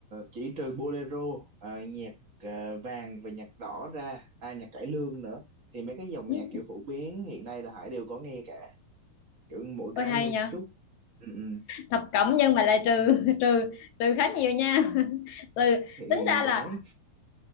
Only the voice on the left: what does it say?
ừ.
ôi hay
nhờ
thập cẩm nhưng mà lại trừ <laughs> trừ trừ khá nhiều nha <laughs> từ
tính ra
là